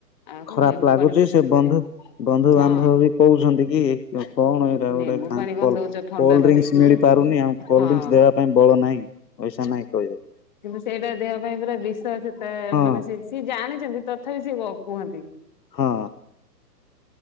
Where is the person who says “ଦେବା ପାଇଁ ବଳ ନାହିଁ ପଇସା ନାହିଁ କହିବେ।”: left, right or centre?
Left